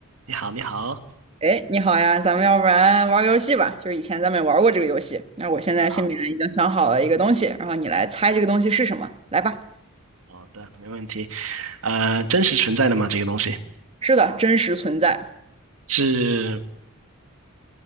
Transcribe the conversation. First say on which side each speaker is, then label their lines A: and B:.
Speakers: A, on the right; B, on the right.
A: 你好，你好，
B: 哎，你好呀，咱们要不然玩个游戏吧？就是以前咱们也玩过这个游戏。那我现在心里面已经想好了一个东西，
A: 好
B: 然后你来猜这个东西是什么。来吧，
A: 好的，没问题。呃，真实存在的吗？这个东西
B: 是的，真实存在，
A: 是